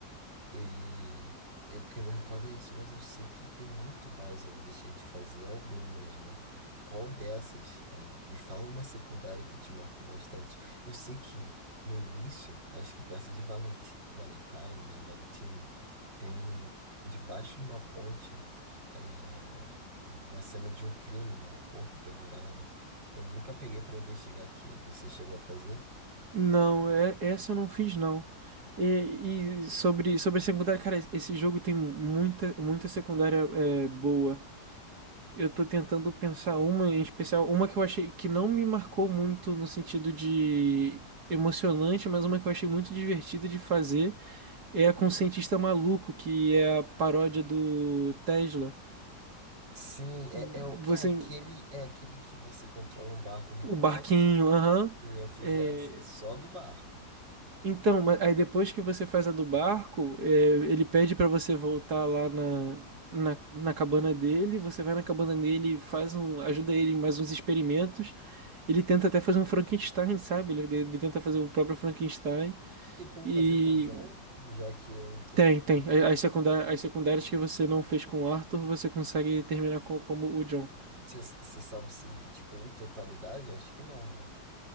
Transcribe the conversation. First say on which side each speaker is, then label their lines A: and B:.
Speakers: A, on the right; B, on the right.
A: E eu que me recordo é isso, mas eu sei que tem muito mais. Eu deixei de fazer algumas, né? Qual dessas? É, me fala uma secundária que te marcou bastante. Eu sei que no início, acho que perto de Valenti, Valentine, né? Valentine, tem debaixo de uma ponte é, uma cena de um crime, né? Um corpo pendurado. Eu nunca peguei para investigar aquilo. Você chegou a fazer?
B: Não, é, essa eu não fiz, não. E, e sobre, sobre a secundária, cara, esse jogo tem muita, muita secundária é, boa. Eu tô tentando pensar uma em especial, uma que eu achei que não me marcou muito no sentido de emocionante, mas uma que eu achei muito divertida de fazer é a com o cientista maluco, que é a paródia do Tesla.
A: Sim, é,
B: Você,
A: é, o- é aquele, é aquele que você controla um barco remoto.
B: o barquinho, aham.
A: E eu fiz
B: É,
A: essa, só do barco.
B: Então, ma- aí depois que você faz a do barco, é, ele pede pra você voltar lá na, na, na cabana dele, você vai na cabana dele, faz um, ajuda ele em mais uns experimentos. Ele tenta até fazer um Frankenstein, sabe? Ele, ele tenta fazer o próprio Frankenstein.
A: Tem como
B: E
A: fazer com o John, já que eu não tô
B: tem,
A: mais com
B: tem.
A: o Arthur?
B: A- As secundárias, as secundárias que você não fez com o Arthur, você consegue terminar co- como o John.
A: Você sabe se, tipo, em totalidade? Acho que não, né?